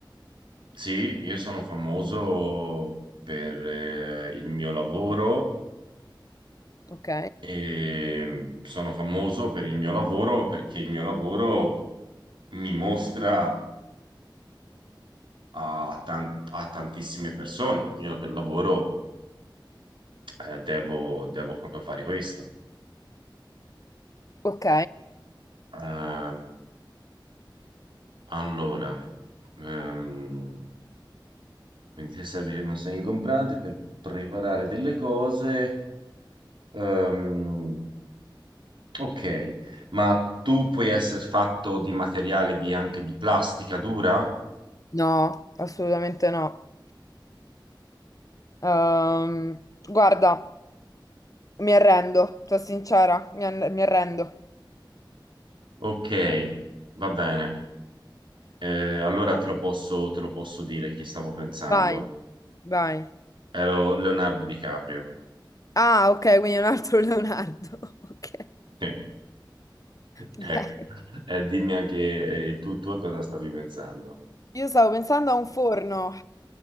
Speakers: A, on the right; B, on the left.
A: sì, io sono famoso per eh, il mio lavoro
B: Ok,
A: e sono famoso per il mio lavoro perché il mio lavoro mi mostra a, tan- a tantissime persone. Io per lavoro eh, devo, devo proprio fare questo.
B: ok.
A: Ehm, allora, ehm, Quindi se serve non sei ingombrante per preparare delle cose. ehm, ok, ma tu puoi essere fatto di materiale di- anche di plastica dura?
B: No, assolutamente no. Ehm, guarda, mi arrendo, sono sincera, mi an- mi arrendo.
A: Ok, va bene. Eh, allora te lo posso, te lo posso dire chi stavo pensando.
B: Vai, vai.
A: Ero Leonardo DiCaprio.
B: Ah, ok, quindi è un altro <laughs> Leonardo. Ok,
A: <laughs> Ecco.
B: dai.
A: Eh, dimmi anche eh, tu, tu a cosa stavi pensando.
B: Io stavo pensando a un forno.